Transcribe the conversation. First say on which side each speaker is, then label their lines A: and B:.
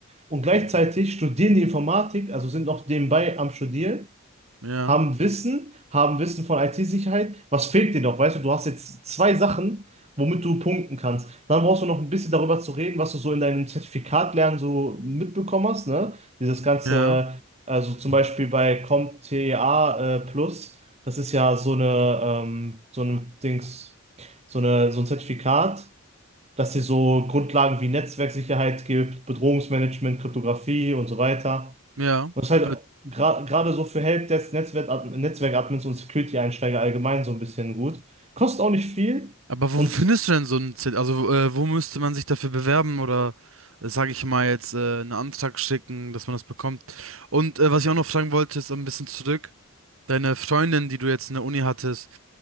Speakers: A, on the right; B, on the right.
A: und gleichzeitig studieren die Informatik, also sind noch nebenbei am Studieren
B: ja,
A: haben Wissen, haben Wissen von IT-Sicherheit. Was fehlt dir noch? Weißt du, du hast jetzt zwei Sachen, womit du punkten kannst. Dann brauchst du noch ein bisschen darüber zu reden, was du so in deinem Zertifikat lernen so mitbekommen hast, ne? Dieses ganze,
B: ja,
A: also zum Beispiel bei CompTIA äh, Plus, das ist ja so eine, ähm, so ein Dings, so eine, so ein Zertifikat. dass dir so Grundlagen wie Netzwerksicherheit gibt, Bedrohungsmanagement, Kryptographie und so weiter.
B: ja.
A: Was halt
B: Mit-
A: gra- gerade so für Helpdesk, netzwerk Netzwerkadmins und Security-Einsteiger allgemein so ein bisschen gut. Kostet auch nicht viel.
B: Aber wo
A: Und
B: findest du denn so ein Zert Also äh, wo müsste man sich dafür bewerben oder äh, sage ich mal jetzt äh, einen Antrag schicken, dass man das bekommt? Und äh, was ich auch noch fragen wollte, ist so ein bisschen zurück. Deine Freundin, die du jetzt in der Uni hattest.